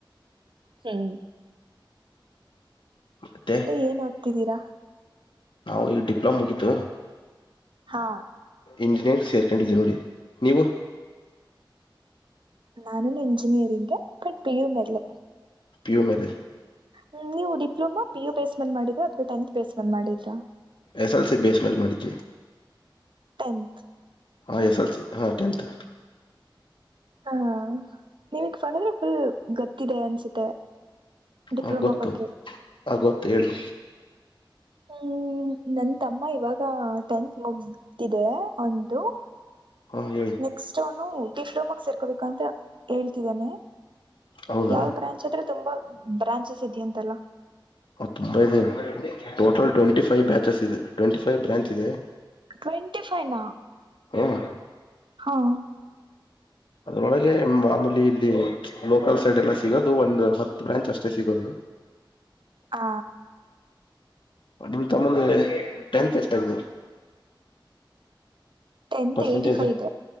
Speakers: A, on the right; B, on the left.
A: ಹ್ಮ್.
B: ಮತ್ತೆ
A: ಏನ್ ಓದ್ತಿದ್ದೀರಾ
B: ನಾವು ಈಗ ಡಿಪ್ಲೊಮ ಮುಗಿತು
A: ಹಾ.
B: ಇಂಜಿನಿಯರ್ ಸೇರ್ಕೊಂಡಿದಿ ನೋಡಿ ನೀವು.
A: ನಾನುನು ಇಂಜಿನಿಯರಿಂಗ್ ಬಟ್ ಪಿ ಯು ಮೇಲೆ.
B: ಪೀ ಯು ಮೇಲೆ
A: ಹ್ಮ್ ನೀವು ಡಿಪ್ಲೋಮಾ ಪಿ ಯು ಬೇಸ್ ಮೇಲೆ ಮಾಡಿದರಾ ಅಥವಾ ಟೆಂತ್ ಬೇಸ್ ಮೆಲ್ ಮಾಡಿದ್ರಾ
B: ಎಸ್ ಎಲ್ ಸಿ ಬೇಸ್ ಮೇಲೆ ಮಾಡಿದ್ವಿ.
A: ಟೆಂತ್
B: ಹಾ ಎಸ್ ಎಲ್ ಸಿ ಹಾಂ ಟೆಂತ್.
A: ಹಾ ನೀವಕ್ ಬಂದ್ರೆ ಫುಲ್ ಗತ್ತಿದೆ ಅನ್ಸುತ್ತೆ. ಡಿಪ್ಲೊಮಾ
B: ಹ ಗೊತ್ತು
A: ಬಗ್ಗೆ
B: ಆ ಗೊತ್ತು ಹೇಳಿ.
A: ಹ್ಮ್ ನನ್ ತಮ್ಮ ಇವಾಗ ಟೆಂತ್ ಮುಗತಿದೆ ಅವಂದು.
B: ಹಾ ಹೇಳಿ
A: ನೆಕ್ಸ್ಟ್ ಅವನು ಡಿಪ್ಲೊಮಗ ಸೇರ್ಕೋಬೇಕು ಅಂತ ಹೇಳ್ತಿದ್ದಾನೆ.
B: ಹೌದಾ
A: ಯಾವ ಬ್ರಾಂಚ್ ಅಂದ್ರೆ ತುಂಬಾ ಬ್ರಾಂಚಸ್ ಇದೆಯಂತಲ್ಲ.
B: ತುಂಬಾ ಇದೆ ಟೋಟಲ್ ಟ್ವೆಂಟಿ ಫೈವ್ ಬ್ಯಾಚಸ್ ಇದೆ ಟ್ವೆಂಟಿ ಫೈವ್ ಬ್ರಾಂಚ್ ಇದೆ.
A: ಟ್ವೆಂಟಿ ಫೈವ್
B: ಹ್ಮ್
A: ಹಾ.
B: ಅದ್ರೊಳಗೆ ಮಾಮೂಲಿ ಇಲ್ಲಿ ಲೋಕಲ್ ಸೈಡ್ ಎಲ್ಲ ಸಿಗೋದು ಒಂದ ಹತ್ತು ಬ್ರಾಂಚ್ ಅಷ್ಟೇ ಸಿಗೋದು.
A: ಹಾ.
B: ನಿಮ್ ತಮ್ಮಂದ ಟೆಂತ್ ಎಷ್ಟ ಆಗಿದೆ.
A: ಟೆತ್
B: ಪರ್ಸೆಂಟೇಜ್
A: ಏಟಿ ಫೈವ್ ಇದೆ